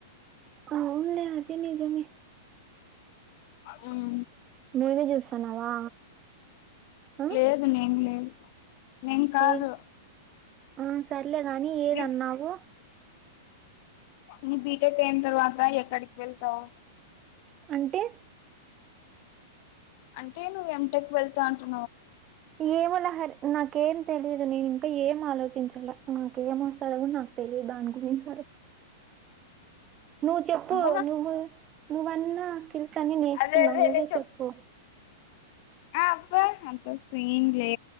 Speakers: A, on the right (about 30°); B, on the left (about 50°).
A: అవున్లే అది నిజమే
B: ఉమ్
A: మూవీ చూస్తున్నావా ఆ
B: లేదు నేను లేదు నేన్ కాదు
A: ఏ ఆ సర్లే గాని ఏదన్నావు
B: నీ నీ బీ టెక్ అయిన తర్వాత ఎక్కడికి వెళ్తావ్
A: అంటే
B: అంటే నువ్వు ఎం టెక్ వెళ్తా అంటు
A: ఏమో లహరి నాకేం తెలియదు ఏం ఆలోచించల నాకేం వస్తాదో గూడ నాకు తెలియదు దాని గురించి నువ్వు చెప్పు
B: అబ్బా
A: నువ్వు నువ్వన్నా స్కిల్స్ కాని నేర్చుకున్నావు
B: అదే అదేదే
A: నువ్వే
B: చెప్
A: చెప్పు
B: ఆ అబ్బా అంత సీన్ లే